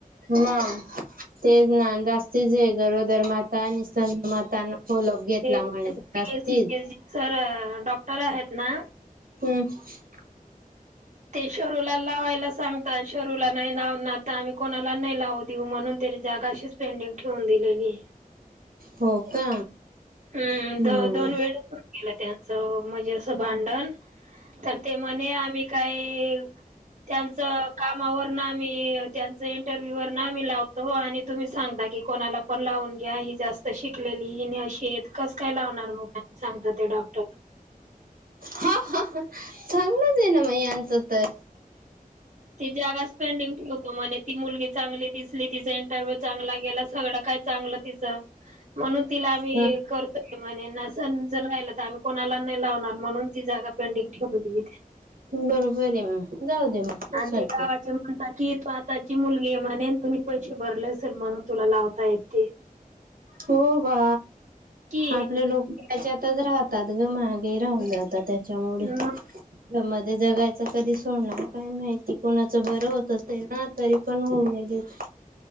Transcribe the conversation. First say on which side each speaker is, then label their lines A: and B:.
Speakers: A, on the right (about 75°); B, on the right (about 55°).
A: ना.... तेच ना जास्तच आहे. गरज सुंदरमाता आणि संतमाताना कोलप घेतला
B: पीएससी
A: म्ह असतील
B: चे सर डॉक्टर आहेत ना
A: <inaudible>
B: ते शरूला लावायला सांगता. शरूला नाही लाव ना आता आम्ही कोणाला नाही लावू देऊ म्हणून ते जागा अशीच पेंडिंग ठेवून दिलेली.
A: हो का?
B: हं
A: हम्म
B: द दोन वेळ होऊन गेलं अस त्यांचं म्हणजे असं भांडण तर ते म्हणे आम्ही काही.... त्यांच कामावर आम्ही त्यांच इंटरव्ह्यू वरन लावतो आणि तुम्ही सांगता की कोणाला पण लावून घ्या. जास्त शिकलेली ही अशी कस काय लावणार मग नाही सांगतात ते डॉक्टर
A: हा हा चांगलंच आहे ना मग यांच तर.
B: ते जागा स्पेंडिंग ठेवतो म्हणे. ती मुलगी चांगली दिसली तिचा इंटरव्ह्यू चांगला गेला सगळं काय चागलं तिचं. म्हणून तिला आम्ही
A: ह
B: करतोय म्हणे न जर राहिलं तर आम्ही कोणाला नाही लावणार. म्हणून ती जागा पेंटिंग ठेवून दिलीत.
A: बरोबर आहे मग जाऊ दे मग तस
B: आणि
A: वाटते
B: ते गावाचे म्हणतात की तू आताची मुलगी आहे म्हणे तुम्ही पैसे भरले असेल म्हणून. तुला लावता येते
A: हो वा
B: की
A: आपले लोक त्याच्यातच राहतात ग महागे राहून जातात त्याच्यामुळे.
B: मग
A: मध्ये जगायच कधी सोडणार काय माहिती कोणाचं बरं होत असेल. हा तरी पण होऊ नाही देत.